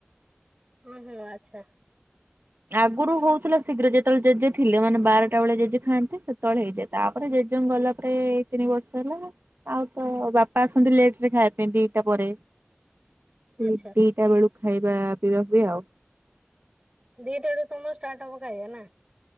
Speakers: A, on the right; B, on the right.
A: ହୁଁ ହୁଁ ଆଚ୍ଛା।
B: ଆଗରୁ ହଉଥିଲା ଶୀଘ୍ର ଯେତେବେଳେ ଜେଜେ ଥିଲେ ମାନେ ବାରଟା ବେଳେ ଜେଜେ ଖାନ୍ତି ସେତେବେଳେ ହେଇଯାେ ତାପରେ ଜେଜେଙ୍ଗ ଗଲା ପରେ ଏ ତିନି ବର୍ଷ ହେଲା। ଆଉ ତ ବାପା ଆସନ୍ତି ଲେଟ ରେ ଖାଇବା ପାଇଁ ଦିଟା ପରେ। ସେଇ
A: ଆଚ୍ଛା
B: ଦିଟା ବେଳକୁ ଖାଇବା ପିଇବା ହୁଏ ଆଉ।
A: ଦିଟା ରୁ ତମର ଷ୍ଟାର୍ଟ ହବ ଖାଇବା ନା।